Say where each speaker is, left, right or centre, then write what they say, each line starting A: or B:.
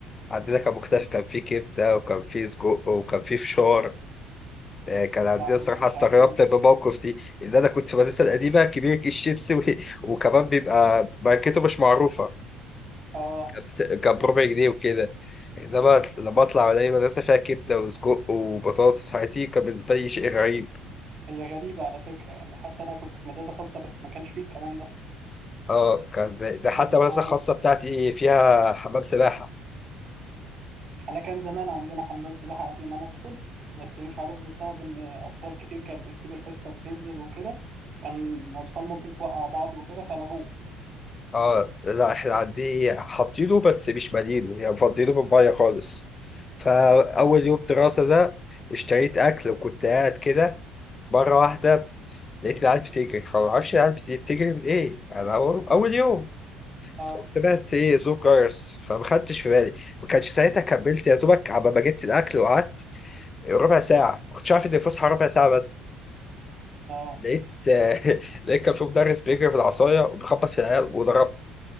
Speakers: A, on the left; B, on the right.
A: عندنا كان مختلف كان فيه كبدة وكان فيه سجق وكان فيه فشار آه، كان عندنا
B: لا
A: صراحة
B: ما كانش
A: استغربت
B: عندنا
A: بالموقف دي إن أنا كنت في المدرسة القديمة كبير كيس شيبسي و... <laughs> وكمان بيبقى ماركته مش معروفة
B: اه
A: كان بس... كان بربع جنيه وكده إنما لما أطلع ألاقي مدرسة فيها كبدة وسجق وبطاطس حياتي كان بالنسبة لي شيء غريب
B: هي غريبة على فكرة يعني حتى أنا كنت في مدرسة خاصة بس ما كانش فيه الكلام ده
A: اه كان ده حتى
B: كان
A: المدرسة
B: هو
A: الخاصة بتاعتي فيها حمام سباحة
B: أنا كان زمان عندنا حمام سباحة قبل ما أنا أدخل بس مش عارف بسبب إن أطفال كتير كانت بتسيب الحصة وتنزل وكده كان الأطفال ممكن توقع بعض وكده فلغوه
A: اه لا احنا عندي حاطينه بس مش مالينه يعني مفضينه بالميه خالص فاول يوم دراسه ده اشتريت اكل وكنت قاعد كده مره واحده لقيت العيال بتجري فما اعرفش العيال بت- بتجري من ايه انا اول اول يوم
B: أه
A: سمعت ايه صوت جرس فما خدتش في بالي ما كانش ساعتها كملت يا دوبك عبال ما جبت الاكل وقعدت ربع ساعه ما كنتش عارف ان الفسحه ربع ساعه بس
B: أه
A: لقيت <laughs> لقيت كان في مدرس بيجري بالعصايه وبيخبط في العيال وضربه